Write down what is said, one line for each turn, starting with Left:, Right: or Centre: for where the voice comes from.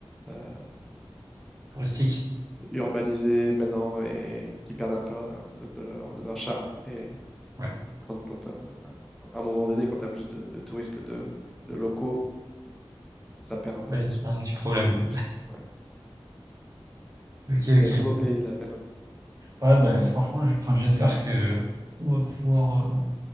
Centre: euh,
Right: touristique.
Centre: urbanisés maintenant et qui perdent un peu, un peu de leur, de leur charme. Et
Right: Ouais,
Centre: quand, quand, euh, à un moment donné, quand tu as plus de, de touristes que de, de locaux, ça perd un peu
Right: ouais,
Centre: de son,
Right: un petit problème.
Centre: son origine. Ouais.
Right: Ok,
Centre: Mais
Right: ok.
Centre: très beau pays, la Thaïlande.
Right: Ouais, bah, franchement, j'- enfin, j'espère que on va pouvoir euh,